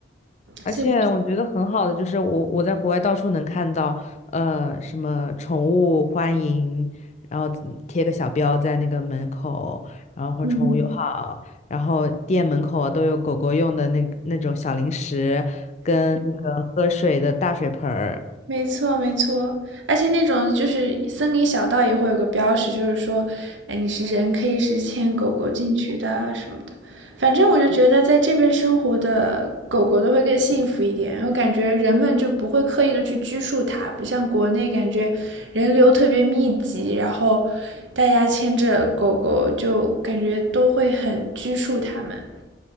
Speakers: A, on the left; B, on the right.
A: 而且我觉得很好的就是我我在国外到处能看到，
B: 就
A: 呃，什么宠物欢迎，然后贴个小标在那个门口，然后或者宠物友好，
B: 嗯。
A: 然后店门口啊都有狗狗用的那那种小零食跟那个喝水的大水盆儿。
B: 没错，没错，而且那种就是森林小道也会有个标识，就是说，哎，你是人可以是牵狗狗进去的啊什么的。反正我就觉得在这边生活的狗狗都会更幸福一点，我感觉人们就不会刻意的去拘束它，不像国内感觉人流特别密集，然后大家牵着狗狗就感觉都会很拘束它们。